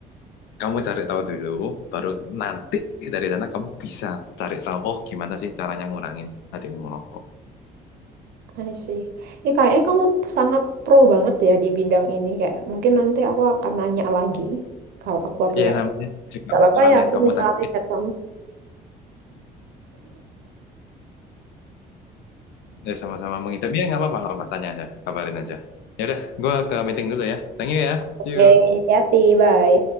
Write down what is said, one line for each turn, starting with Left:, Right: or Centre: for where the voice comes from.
Left: kamu cari tahu dulu, baru nanti dari sana kamu bisa cari tahu, oh gimana sih caranya ngurangin adikmu merokok.
Right: I see. Ini kayaknya kamu sangat pro banget ya di bidang ini kayak mungkin nanti aku akan nanya lagi kalau aku punya
Left: Ya namanya juga
Right: nggak apa-apa
Left: orang
Right: ya aku
Left: yang kamu
Right: misalnya
Left: tanya.
Right: chat kamu.
Left: Ya sama-sama mengidap. Ya nggak apa-apa, nggak apa-apa. Tanya aja, kabarin aja. Ya udah, gue ke meeting dulu ya. Thank you ya.
Right: Oke,
Left: See you.
Right: hati-hati, bye.